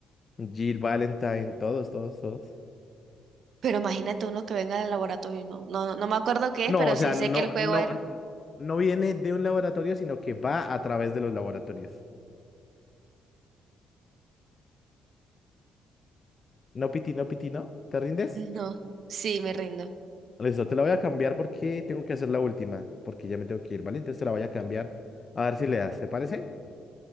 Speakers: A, on the left; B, on the right.
A: Jill Valentine, todos, todos, todos.
B: Pero imagínate uno que venga del laboratorio, no, no, no, no me acuerdo qué es,
A: No,
B: pero
A: o
B: sí
A: sea,
B: sé
A: no,
B: que el juego
A: no,
B: es...
A: no viene de un laboratorio, sino que va a través de los laboratorios. No, Piti, no, Piti, ¿no? ¿Te rindes?
B: No, sí, me rindo.
A: Listo, te la voy a cambiar porque tengo que hacer la última, porque ya me tengo que ir, ¿vale? Entonces te la voy a cambiar. A ver si le das, ¿te parece?